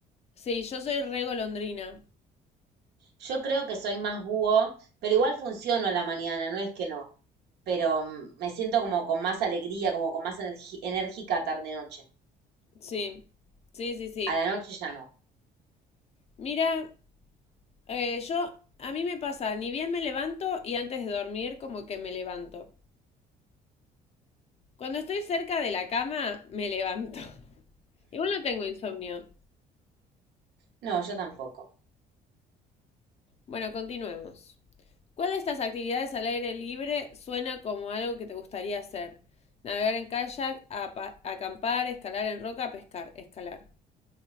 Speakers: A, on the left (about 40°); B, on the right (about 75°).
A: Sí, yo soy re golondrina.
B: Yo creo que soy más búho, pero igual funciono a la mañana, no es que no. Pero mm, me siento como con más alegría, como con más energi- enérgica tarde-noche.
A: Sí, sí, sí, sí.
B: A la noche ya no.
A: Mira, eh, yo. A mí me pasa, ni bien me levanto y antes de dormir, como que me levanto. Cuando estoy cerca de la cama, me levanto. <laughs> Igual no tengo insomnio.
B: No, yo tampoco.
A: Bueno, continuemos. ¿Cuál de estas actividades al aire libre suena como algo que te gustaría hacer? Navegar en kayak, acampar, escalar en roca, pescar, escalar.